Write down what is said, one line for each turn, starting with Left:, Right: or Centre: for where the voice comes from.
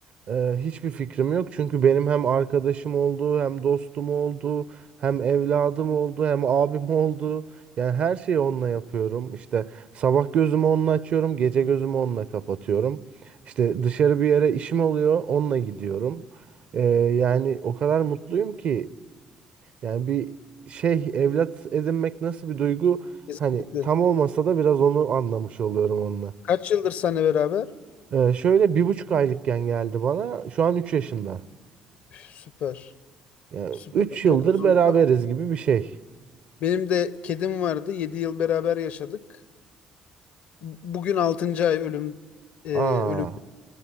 Right: eee, hiçbir fikrim yok. Çünkü benim hem arkadaşım oldu, hem dostum oldu, hem evladım oldu, hem abim oldu. Yani her şeyi onunla yapıyorum. İşte sabah gözümü onunla açıyorum, gece gözümü onunla kapatıyorum. İşte dışarı bir yere işim oluyor, onunla gidiyorum. Eee, yani o kadar mutluyum ki. Yani bir şey evlat edinmek nasıl bir duygu?
Left: Kesinlikle.
Right: Hani tam olmasa da biraz onu anlamış oluyorum onunla.
Left: Kaç yıldır seninle beraber?
Right: Ee, şöyle bir buçuk aylıkken geldi bana. Şu an 3 yaşında.
Left: Üf, Süper.
Right: Yani
Left: Süper.
Right: 3
Left: Çok
Right: yıldır
Left: uzun
Right: beraberiz
Left: bir
Right: gibi bir şey.
Left: Benim de kedim vardı. yedi yıl beraber yaşadık. Bugün altıncı ay ölüm e,
Right: Aa,
Left: ölümden